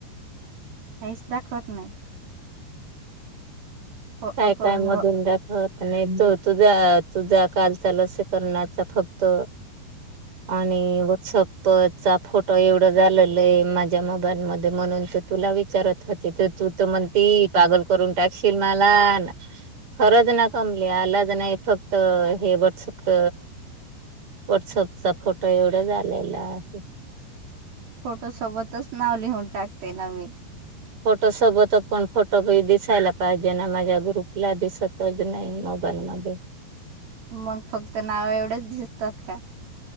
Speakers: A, on the right; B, on the right.
A: काहीच दाखवत नाही. हो
B: काय
A: आपण
B: काय मधून दच होत नाही द तुझ्या तुझ्या काल चाल अस करण्याचा फक्त
A: <inaudible>
B: आणि व्हॉट्सअपचा फोटो एवढं झालेलं आहे. माझ्या मोबाईलमध्ये म्हणून तुला विचारत होते. तू तर म्हणती पागल करून टाकशील मला, हा ना खरज ना कमली आलाज नाही फक्त हे व्हाट्सअप. व्हॉट्सअपचा फोटो एवढा झालेला आहे.
A: फोटो सोबतच नाव लिहून टाकते ना‌ मी.
B: फोटो सोबत पण फोटो बी दिसायला पाहिजे, ना माझ्या ग्रुपला दिसत. तज नाही मोबाईल मध्ये.
A: मग फक्त नाव एवढेच दिसतात का,